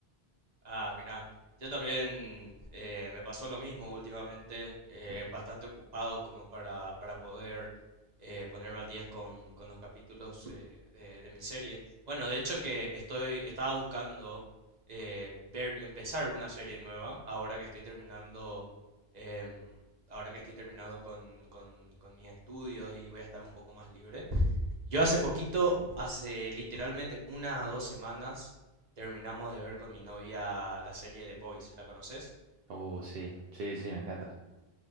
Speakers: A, on the right (about 45°); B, on the right (about 70°).
A: Ah, mira, yo también eh, me pasó lo mismo últimamente, eh, bastante ocupado como para, para poder eh, ponerme al día con, con los capítulos eh, de, de mi serie. Bueno, de hecho que estoy, estaba buscando eh, ver, empezar una serie nueva, ahora que estoy terminando em, ahora que estoy terminando con, con, con mis estudios y voy a estar un poco más libre. Yo hace poquito, hace literalmente una o dos semanas, terminamos de ver con mi novia la serie The Boys. ¿La conoces?
B: Uh, sí, sí, sí, me encanta.